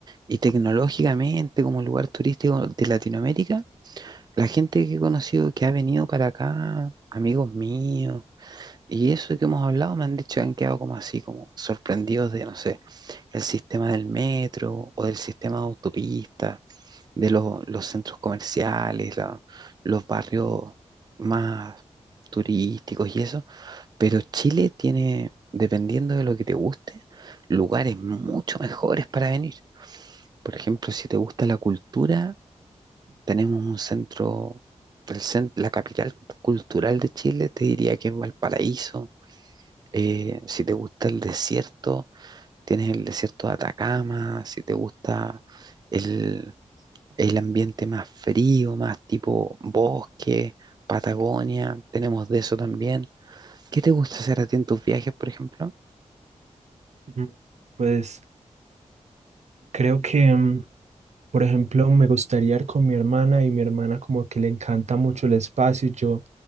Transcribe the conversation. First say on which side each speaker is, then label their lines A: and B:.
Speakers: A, on the right; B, on the right.
A: Y tecnológicamente, como lugar turístico de Latinoamérica, la gente que he conocido que ha venido para acá, amigos míos, Y eso que hemos hablado me han dicho que han quedado como así, como sorprendidos de, no sé, el sistema del metro o del sistema de autopistas, de lo- los centros comerciales, la- los barrios más turísticos y eso. Pero Chile tiene, dependiendo de lo que te guste, lugares mucho mejores para venir. Por ejemplo, si te gusta la cultura, tenemos un centro, el cen- la capital cultural de Chile, te diría que es Valparaíso eh, si te gusta el desierto, tienes el desierto de Atacama. Si te gusta el, el ambiente más frío, más tipo bosque, Patagonia, tenemos de eso también. ¿Qué te gusta hacer a ti en tus viajes, por ejemplo?
B: Mm, Pues creo que mm, Por ejemplo, me gustaría ir con mi hermana y mi hermana como que le encanta mucho el espacio. Yo